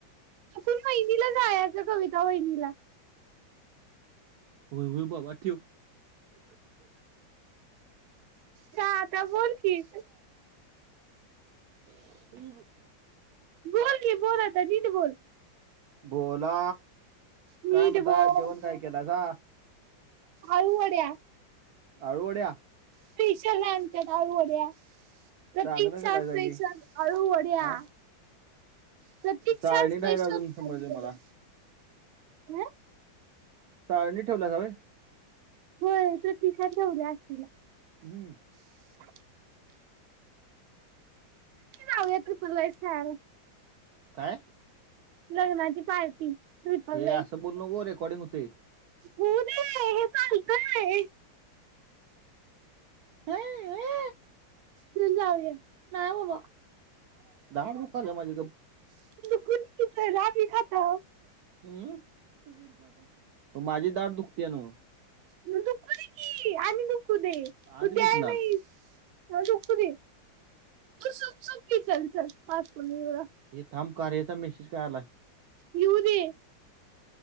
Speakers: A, on the right; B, on the right.
A: आपण वहिनीला जायच. कविता वहिनीला
B: होय होय बाबा ठेव
A: का आता बोल की?
B: आई गं.
A: बोल की बोल आता नीट बोल
B: बोला
A: नीट
B: काय म्हणताय?
A: बोल
B: जेवण काय केलासा?
A: आळू वड्या
B: अळूवड्या
A: स्पेशल आहे. आमच्यात अळूवड्या प्रतीक्षा
B: चांगलं करायचा
A: स्पेशल
B: की
A: अळूवड्या.
B: हा
A: प्रतीक्षा
B: चाळणी
A: स्पेशल
B: नाहीत अजून समजले
A: आळूवड्या.
B: मला
A: हा
B: चाळनित ठेवलाइसा होय.
A: होय. प्रतीक्षाच जाऊदे आरतीला
B: हम्म
A: <unintelligible> खाऊया ट्रिपल राईस खायला.
B: काय?
A: लग्नाची पार्टी ट्रिपल
B: हे असं बोलू नको. रेकॉर्डिंग होतय.
A: होउदे हे हे चालतय.
B: हा हा
A: चल जाऊया.
B: नाही बाबा दाड दुखायल्या माझी गप्प
A: <unintelligible> खाता
B: हम्म माझी दाड दुखतेय नव
A: म दुखू दे की आणि दुखू देय
B: आणि
A: तू
B: दुखणार
A: द्याय नाही. दुखू दे सूप सूप पिचल चल <unintelligible> वेळा.
B: हे थांब कार्याचा मेसेज काय आलाय.
A: येऊ दे.